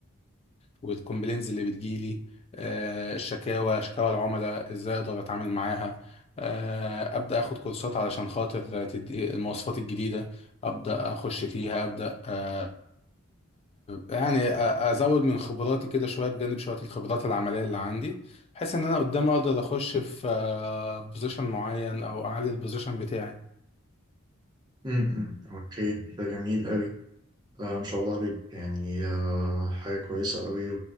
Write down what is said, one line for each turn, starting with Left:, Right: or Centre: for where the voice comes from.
Left: والكومبلينز اللي بتجيلي آه، الشكاوى شكاوى العملاء ازاي اقدر اتعامل معاها آه، ابدا اخد كورسات علشان خاطر تدي المواصفات الجديده ابدا اخش فيها ابدا آه، يعني أ- ازود من خبراتي كده شويه بجانب شويه الخبرات العمليه اللي عندي بحيث ان انا قدام اقدر اخش في بوزيشن معين او اعلي البوزيشن بتاعي
Right: م- م. اوكي ده جميل قوي آه ما شاء الله عليك يعني آه حاجة كويسة قوي